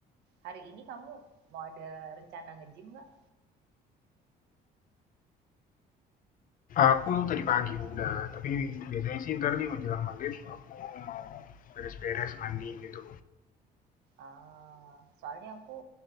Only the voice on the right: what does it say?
hari ini kamu mau ada rencana nge-gym nggak?
Ah, soalnya aku